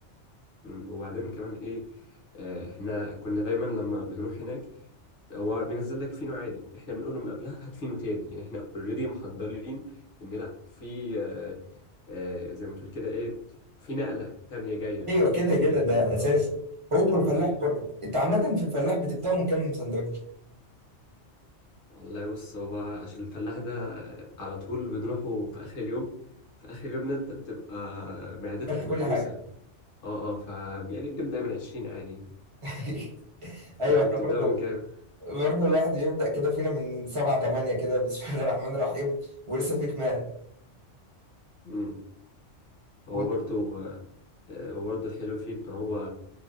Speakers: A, on the left; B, on the right.
A: مم. وبعدين كمان ايه آه، احنا كنا دايما لما بنروح هناك هو بينزل لك فينو عادي احنا بنقول له من قبلها هات فينو تاني يعني احنا اوريدي محضرين ان لا في آه، آه، زي ما تقول كده ايه في نقلة تانية جاية
B: أيوة كده
A: يعني
B: كده ده
A: ال...
B: أساسي
A: اه
B: هو الفلاح
A: مم.
B: برضه أنت عامة في الفلاح بتبدأه من كام سندوتش؟
A: والله بص هو عشان الفلاح ده على طول بنروحه في اخر اليوم في اخر اليوم ده انت بتبقى معدتك
B: أكلت كل
A: متروسة
B: حاجة
A: اه اه ف يعني بنبدأ من 20 عادي
B: <laughs> أيوة
A: انتوا
B: إحنا
A: بتبدأوا
B: برضه
A: من كام؟
B: برضه الواحد بيبدأ كده فينا من سبعة تمانية كده <laughs> بسم الله الرحمن الرحيم ولسه فيك مال
A: مم. هو
B: و-
A: برضو آه، وبرضه الحلو فيه إن هو